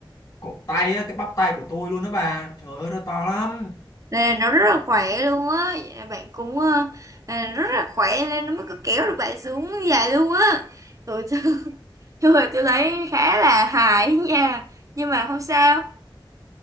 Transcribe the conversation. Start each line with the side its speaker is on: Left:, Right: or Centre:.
Left: cổ tay á, cái bắp tay của tôi luôn đó bà trời ơi nó to lắm
Right: đây là nó rất là khỏe luôn á Vậy là bạn cũng ờ, à, rất là khỏe nên nó mới có kéo được bạn xuống như vậy luôn á tụi <laughs> Thôi tôi thấy khá là hài ấy nha Nhưng mà không sao